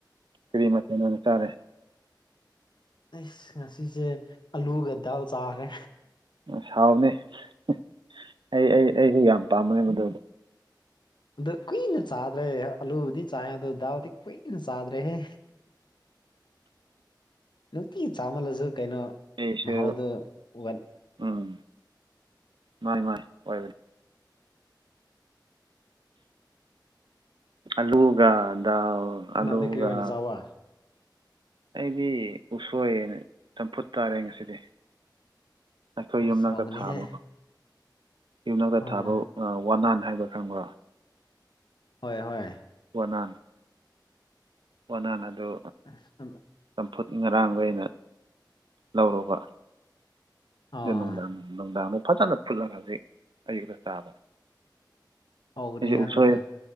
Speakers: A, on the right (about 80°); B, on the left (about 75°).
A: ꯀꯔꯤ ꯃꯊꯦꯜ ꯑꯣꯏꯅ ꯆꯥꯔꯦ
B: ꯑꯩꯁ ꯉꯁꯤꯁꯦ ꯑꯂꯨꯒ ꯗꯥꯜ ꯆꯥꯈ꯭ꯔꯦ
A: <unintelligible> ꯑꯩ ꯑꯩ ꯑꯩꯗꯤ ꯌꯥꯝ ꯄꯥꯝꯕꯅꯦ ꯃꯗꯨ
B: ꯑꯗꯨ ꯀꯨꯏꯅ ꯆꯥꯗ꯭ꯔꯦ ꯑꯥꯂꯨꯕꯨꯗꯤ ꯆꯥꯏ ꯑꯗꯨ ꯗꯥꯜꯗꯤ ꯀꯨꯏꯅ ꯆꯥꯗ꯭ꯔꯦꯍꯦ
A: <inaudible>
B: ꯅꯨꯡꯇꯤ ꯆꯥꯃꯜꯂꯁꯨ ꯀꯩꯅꯣ
A: ꯑꯩꯁꯨ
B: ꯃꯍꯥꯎꯗꯣ ꯋꯥꯠ
A: ꯎꯝ ꯃꯥꯥꯏ ꯃꯥꯥꯏ ꯑꯣꯏ <unintelligible> ꯑꯂꯨꯒ ꯗꯥꯜ ꯑꯂꯨꯒ
B: ꯅꯍꯥꯟꯗꯩ ꯀ꯭ꯔꯤ ꯑꯣꯏꯅ ꯆꯥꯕ
A: ꯑꯩꯗꯤ ꯎꯁꯣꯏ ꯆꯝꯐꯨꯠ ꯇꯥꯔꯦ ꯉꯁꯤꯗꯤ ꯑꯩꯈꯣꯏ
B: ꯑꯁ
A: ꯌꯨꯝꯅꯥꯛꯇ
B: ꯍꯥꯎꯒꯅꯤꯍꯦ
A: ꯊꯥꯕꯀꯣ ꯌꯨꯝꯅꯥꯛꯇ
B: ꯑꯥ
A: ꯊꯥꯕ ꯑ ꯋꯥꯟꯅꯥꯟ ꯍꯥꯏꯕ ꯈꯪꯕ꯭ꯔ
B: ꯍꯣꯏ ꯍꯣꯏ
A: ꯋꯥꯅꯥꯟ ꯋꯥꯅꯥꯟ ꯑꯗꯨ
B: <unintelligible>
A: ꯆꯝꯐꯨꯠ ꯉꯔꯥꯡꯗ ꯑꯩꯅ ꯂꯧꯔꯨꯕ
B: ꯑꯥ
A: <unintelligible> ꯅꯨꯡꯗꯥꯡ ꯅꯨꯡꯗꯥꯡꯗ ꯐꯖꯅ ꯐꯨꯠꯂꯒ ꯍꯖꯤꯛ ꯑꯩ <unintelligible> ꯆꯥꯕ
B: ꯍꯧꯒꯅꯤꯍꯦ
A: ꯑꯩꯁꯦ ꯎꯁꯣꯏ
B: ꯑꯗꯨꯗ